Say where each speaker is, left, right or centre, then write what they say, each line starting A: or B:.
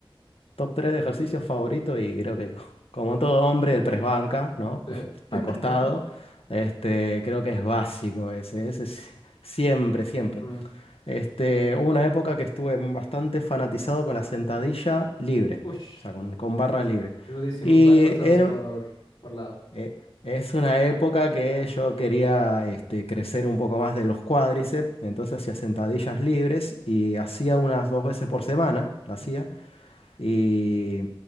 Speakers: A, on the left (about 85°); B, on the left (about 70°).
A: Top 3 de ejercicios favoritos y creo que co- como todo hombre el press banca, ¿no?
B: Sí.
A: <laughs>
B: <laughs>
A: Acostado. Este, creo que es básico ese, ese es siempre, siempre.
B: Mm.
A: Este, hubo una época que estuve bastante fanatizado con la sentadilla libre,
B: Ush,
A: o sea, con, con barra libre.
B: rudísimo.
A: Y
B: ¿Cuánto alzabas
A: era-
B: por, por lado?
A: eh, es una época que yo quería este, crecer un poco más de los cuádriceps, entonces hacía sentadillas libres y hacía unas dos veces por semana, la hacía.
B: Ujú.
A: Y